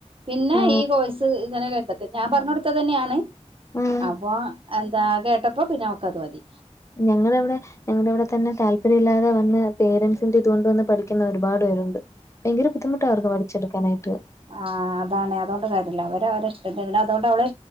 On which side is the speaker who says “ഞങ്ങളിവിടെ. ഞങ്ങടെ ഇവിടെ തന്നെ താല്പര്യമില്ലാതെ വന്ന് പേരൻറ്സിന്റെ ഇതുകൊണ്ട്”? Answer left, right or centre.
Left